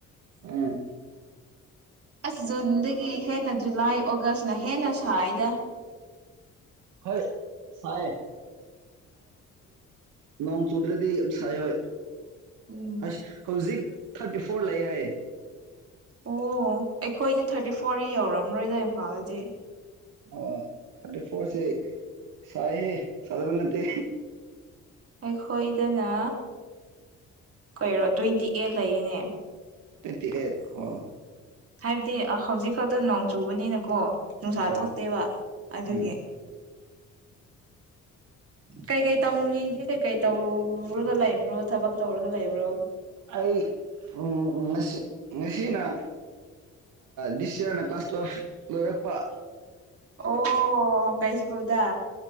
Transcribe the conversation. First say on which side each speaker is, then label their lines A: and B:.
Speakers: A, on the right (about 85°); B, on the right (about 50°).
A: ꯑ
B: ꯑꯁ ꯗꯨꯟꯗꯒꯤ ꯍꯦꯟꯅ ꯖꯨꯂꯥꯏ ꯑꯣꯒꯁꯅ ꯍꯦꯟꯅ ꯁꯥꯏꯗ
A: ꯍ ꯁꯥꯏ ꯅꯣꯡ ꯆꯧꯗ꯭ꯔꯦꯗꯤ ꯁꯥꯏ ꯍ
B: ꯎꯝ
A: ꯑ ꯍꯧꯖꯤꯛ ꯊꯥꯔꯇꯤ ꯐꯣꯔ ꯂꯩ ꯍꯥꯏꯌꯦ
B: ꯑꯣ ꯑꯩꯈꯣꯏꯗꯤ ꯊꯥꯔꯇꯤ ꯐꯣꯔ ꯌꯧꯔꯝꯃꯔꯣꯏꯗ ꯏꯝꯐꯥꯜꯗꯗꯤ
A: ꯑꯣꯇ ꯐꯣꯔꯁꯦ ꯆꯥꯏꯍꯦ ꯆꯗꯕꯅꯠꯇ
B: ꯑꯦꯈꯣꯏꯗꯅ ꯀꯩꯔꯣ ꯇ꯭ꯋꯦꯟꯇꯤ ꯑꯩꯠ ꯂꯩꯔꯤꯅꯦ
A: ꯇ꯭ꯋꯦꯟꯇꯤ ꯑꯩꯠ ꯑꯣ
B: ꯍꯥꯏꯕꯗꯤ ꯍꯧꯖꯤꯛ ꯈꯛꯇ ꯅꯣꯡ ꯆꯨꯕꯅꯤꯅꯀꯣ ꯅꯨꯡꯁꯥ
A: ꯑꯣ
B: ꯊꯣꯛꯇꯦꯕ ꯑꯗꯨꯒꯤ
A: ꯎꯝ
B: ꯀꯩꯀꯩ ꯇꯝꯂꯤꯒꯦ ꯀꯩꯀꯩ ꯇꯧꯔꯒ ꯂꯩꯕ꯭ꯔꯣ ꯊꯕꯛ ꯇꯧꯔꯒ ꯔꯤꯕ꯭ꯔꯣ
A: ꯑꯩ ꯎꯝ ꯃꯁꯤ ꯉꯁꯤꯅ ꯗꯤꯁ ꯏꯌꯥꯔꯅ ꯀ꯭ꯂꯥꯁ ꯇꯨꯋꯦꯜꯐ ꯂꯣꯏꯔꯛꯄ
B: ꯑꯣ ꯀꯩꯁ ꯀꯗ